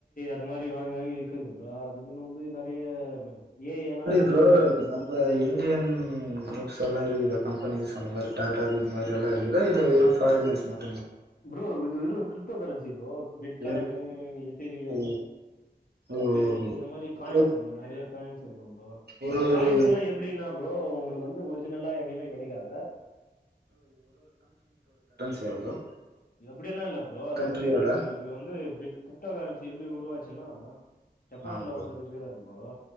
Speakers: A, on the left; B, on the right.
A: இந்த மாரி வாங்கி வாங்கி விக்கிறது ப்ரோ அதுக்குன்னு வந்து நெறைய ஏ ஐ எல்லா இருக்குது
B: <unintelligible>
A: ப்ரோ அதுலே
B: நம்ம இந்தியன் குரூப் எல்லா இருக்குது கம்பெனிஸ் அந்த மாரி டாட்டா இது இந்த மாரி எல்லா இருக்குதா இல்ல வெறும் ஃபாரினர்ஸ் மட்
A: ப்ரோ இது வெறும் <unintelligible> கிரிப்டோ கரன்சி ப்ரோ பிட்காயினு
B: வெறு
A: எதிரியம்
B: ஓ ஓ,
A: பிப்பே
B: ஓ.
A: இந்த மாரி காயின்ஸ்
B: ஒரு
A: ப்ரோ நறைய காயின்ஸ் <unintelligible> ஓ
B: ஒரு
A: அந்த காயின்ஸ்
B: ஒரு
A: எல்லா எப்டின்னா ப்ரோ உங்களுக்கு வந்து ஒரிஜினலா எங்கியுமே கெடைக்காது
B: செரி ப்ரோ
A: எப்டியெல்லா இல்ல ப்ரோ அது
B: கண்ட்ரியோட
A: வந்து இது வந்து கிரிப்டா கரன்சி எப்டி உருவாச் ச்சுன்னா ஜப்பான்ல
B: ஆமா ப்ரோ
A: ஒருத்தரு இருக்குறாரு ப்ரோ